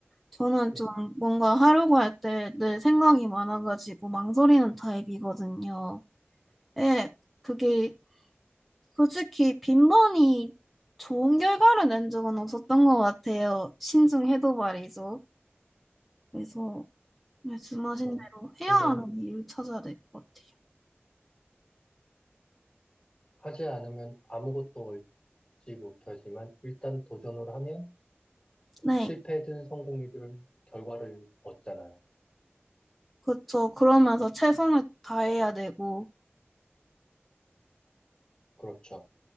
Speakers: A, in the centre; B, on the left (about 20°).
A: 저는
B: 네.
A: 좀 뭔가 하려고 할 때 내 생각이 많아가지고 망설이는 타입이거든요. 예, 그게 솔직히 빈번히 좋은 결과를 낸 적은 없었던 것 같아요. 신중해도 말이죠. 그래서 말씀하신
B: 그쵸.
A: 대로 헤어하는
B: 근데,
A: 이유를 찾아야 될 것 같아요.
B: 하지 않으면 아무것도 얻지 못하지만, 일단 도전을 하면,
A: 네.
B: 실패든 성공이든 결과를 얻잖아요.
A: 그렇죠. 그러면서 최선을 다해야 되고,
B: 그렇죠.